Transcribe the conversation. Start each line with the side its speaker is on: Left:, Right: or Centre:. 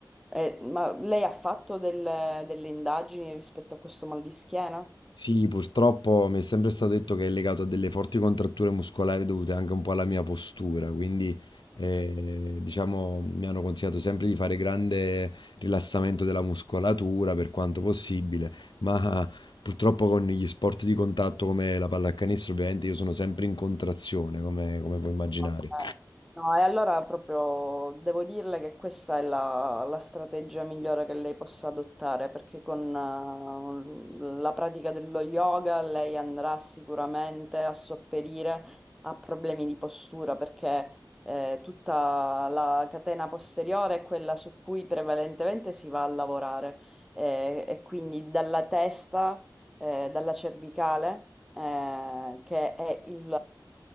Centre: eh, ma lei ha fatto delle, delle indagini rispetto a questo mal di schiena?
Left: Sì, purtroppo mi è sempre stato detto che è legato a delle forti contratture muscolari dovute anche un po' alla mia postura, quindi eh, diciamo mi hanno consigliato sempre di fare grande rilassamento della muscolatura per quanto possibile, ma purtroppo con gli sport di contatto come la pallacanestro ovviamente io sono sempre in contrazione, come, come puoi immaginare.
Centre: Eh, No, e allora proprio devo dirle che questa è la, la strategia migliore che lei possa adottare, perché con eh, la pratica dello yoga lei andrà sicuramente a sopperire a problemi di postura, perché eh, tutta la catena posteriore è quella su cui prevalentemente si va a lavorare, eh, e quindi dalla testa, eh, dalla cervicale eh, che è il,